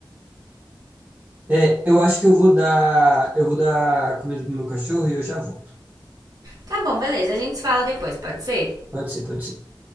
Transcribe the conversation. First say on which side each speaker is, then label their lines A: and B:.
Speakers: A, on the right; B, on the right.
A: É, eu acho que eu vou dar, eu vou dar comida pro meu cachorro e eu já volto.
B: Tá bom, beleza. A gente se fala depois, pode ser?
A: Pode ser, pode ser.